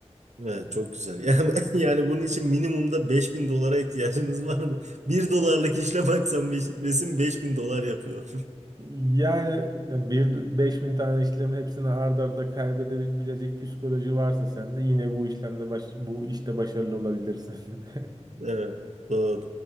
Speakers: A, on the right; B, on the right.
A: Evet, çok güzel. <laughs> Yani, yani bunun için minimumda 5000 dolara ihtiyacımız var mı? Bir dolarlık işlem açsam beş- besin 5000 dolar yapıyor.
B: Yani bir 5000 tane işlem hepsini ard arda kaybedebilecek psikoloji varsa sende yine bu işlemde baş, bu işte başarılı olabilirsin. <laughs>
A: <laughs> Evet, doğru.